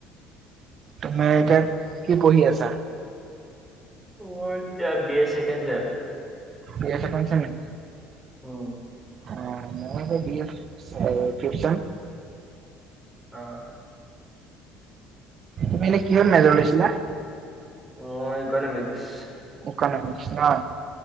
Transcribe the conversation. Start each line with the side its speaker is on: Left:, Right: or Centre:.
Right: তুমি এতিয়া কি পঢ়ি আছা?
Centre: মই এতিয়া B A second sem.
Right: B A second sem নেকি?
Centre: উম'।
Right: অ', মইও সেই বি এ ফিফ্থছেম।
Centre: অ'।
Right: তুমি এনে কিহত মেজৰ লৈছিলা?
Centre: মই ইকনমিক্স।
Right: <inaudible>